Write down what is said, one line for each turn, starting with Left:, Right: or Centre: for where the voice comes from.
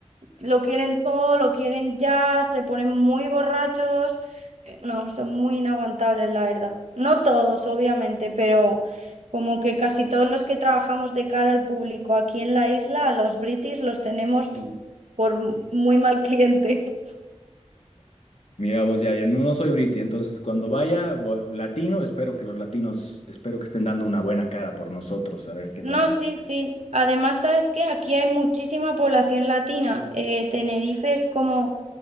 Right: lo quieren todo, lo quieren ya, se ponen muy borrachos. Eh, No, son muy inaguantables, la verdad. No todos, obviamente, pero como que casi todos los que trabajamos de cara al público aquí en la isla, a los british los tenemos por muy mal cliente. <laughs>
Left: Mira vos, ya, yo no, no soy briti, entonces cuando vaya voy- latino, espero que los latinos, espero que estén dando una buena cara por nosotros, a ver qué
Right: No,
Left: tal.
Right: sí, sí. Además, sabes que aquí hay muchísima población latina. Eh, Tenerife es como,